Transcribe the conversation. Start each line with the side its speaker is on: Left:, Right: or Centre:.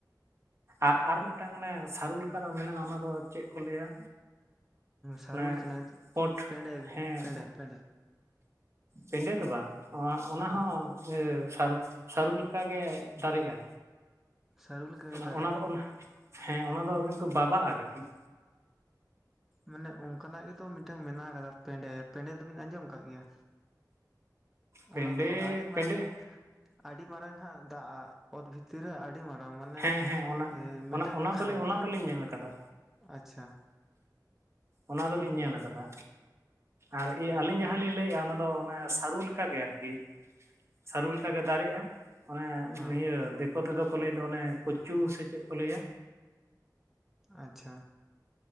Right: ᱟᱨ ᱟᱨ ᱢᱤᱫᱴᱟᱝ ᱚᱱᱮ ᱥᱟᱹᱨᱩ ᱞᱮᱠᱟ ᱱᱟᱜ ᱢᱮᱱᱟᱜ-ᱟ ᱚᱱᱟ ᱫᱚ ᱪᱮᱫ ᱠᱚ ᱞᱟᱹᱭᱟ?
Centre: ᱥᱟᱹᱨᱩ
Right: ᱚᱱᱮ
Centre: ᱞᱮᱠᱟ ᱱᱟᱜ
Right: ᱯᱳᱸᱴ
Centre: ᱯᱮᱸᱰᱮ
Right: ᱦᱮᱸ
Centre: ᱯᱮᱸᱰᱮ ᱯᱮᱸᱰᱮ᱾
Right: ᱯᱮᱸᱰᱮ ᱫᱚ ᱵᱟᱝ ᱚᱸ ᱚᱱᱟ
Centre: ᱟᱫᱚ
Right: ᱦᱚᱸ ᱥᱟᱨᱚ ᱥᱟᱹᱨᱩ ᱞᱮᱠᱟ ᱜᱮ ᱫᱟᱨᱮᱜ-ᱟ᱾
Centre: ᱥᱟᱹᱨᱩ ᱞᱮᱠᱟ ᱜᱮ
Right: ᱚᱱᱟ
Centre: ᱫᱟᱨᱮᱜᱼᱟ
Right: ᱚᱱᱟ ᱫᱚ ᱚᱱᱟ ᱦᱮᱸ ᱚᱱᱟ ᱫᱚ ᱠᱤᱱᱛᱩ ᱵᱟᱵᱟᱜ-ᱟ ᱠᱟᱹᱴᱤᱡ᱾
Centre: ᱢᱟᱱᱮ ᱚᱱᱠᱟ ᱱᱟᱜ ᱜᱮᱛᱚ ᱢᱤᱫᱴᱟᱝ ᱢᱮᱱᱟᱜ ᱟᱠᱟᱫᱟ ᱯᱮᱸᱰᱮ, ᱯᱮᱸᱰᱮ ᱫᱚᱵᱤᱱ ᱟᱸᱡᱚᱢ ᱠᱟᱫ ᱜᱮᱭᱟ?
Right: ᱯᱮᱸᱰᱮ
Centre: ᱚᱱᱟ ᱫᱚ ᱟᱹᱰᱤ ᱢᱟᱨᱟᱝ
Right: ᱯᱮᱸᱰᱮ
Centre: ᱟᱹᱰᱤ ᱢᱟᱨᱟᱝ ᱦᱟᱸᱜ ᱫᱟ-ᱟ ᱚᱛ ᱵᱷᱤᱛᱤᱨ ᱨᱮ ᱟᱹᱰᱤ ᱟᱹᱰᱤ ᱢᱟᱨᱟᱝ ᱢᱟᱱᱮ
Right: ᱦᱮᱸ ᱦᱮᱸ ᱚᱱᱟ
Centre: ᱢᱤᱫᱴᱮᱱ
Right: ᱚᱱᱟ ᱚᱱᱟ
Centre: ᱠᱷᱟᱸᱱᱴᱟᱲ᱾
Right: ᱫᱚᱞᱮ ᱚᱱᱟ ᱫᱚᱞᱤᱧ ᱧᱮᱞ ᱟᱠᱟᱫᱟ
Centre: ᱟᱪᱪᱷᱟ,
Right: ᱚᱱᱟ ᱫᱚᱞᱤᱧ ᱧᱮᱞ ᱠᱟᱫᱟ᱾ ᱟᱨ ᱟᱹᱞᱤᱧ ᱡᱟᱦᱟᱸ ᱞᱤᱧ ᱞᱟᱹᱭ ᱮᱫ-ᱟ ᱚᱱᱟ ᱫᱚ ᱚᱱᱮ ᱥᱟᱹᱨᱩ ᱞᱮᱠᱟ ᱜᱮ ᱟᱨᱠᱤ᱾ ᱥᱟᱹᱨᱩ ᱞᱮᱠᱟ ᱜᱮ ᱫᱟᱨᱮᱜ-ᱟ᱾ ᱚᱱᱮ
Centre: ᱦᱮᱸ
Right: ᱱᱤᱭᱟᱹ ᱫᱤᱠᱳ ᱛᱮᱫᱚ ᱠᱚ ᱞᱟᱹᱭ ᱫᱚ ᱚᱱᱮ ᱠᱚᱪᱩ ᱥᱮ ᱪᱮᱫ ᱠᱚ ᱞᱟᱹᱭᱟ?
Centre: ᱟᱪᱪᱷᱟ,